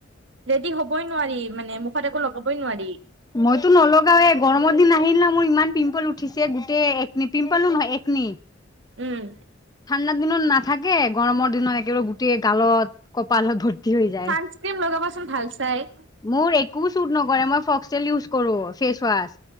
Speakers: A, on the right; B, on the left.
A: ৰেডি হবই নোৱাৰি মানে মুখত একো লগাবই নোৱাৰি
B: মইতো নলগাও এ গৰমৰ দিন আহিল না মোৰ ইমান পিম্পল উঠিছে গোটেই একনি পিম্পলো নহয় একনি
A: উম
B: ঠাণ্ডাৰ দিনত নাথাকে গৰমৰ দিনত একেবাৰে গোটেই গালত কপালত ভৰ্তি হৈ যায়
A: চানচক্ৰীম লগাবাচোন ভাল চাই
B: মোৰ একো চুট নকৰে মই ফক্সেল ইউজ কৰো ফেচৱাচ